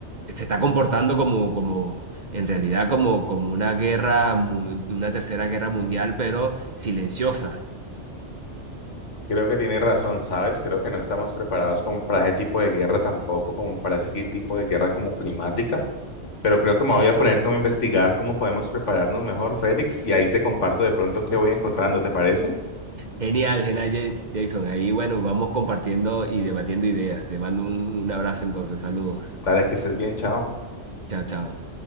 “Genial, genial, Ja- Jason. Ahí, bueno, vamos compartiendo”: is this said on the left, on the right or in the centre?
Right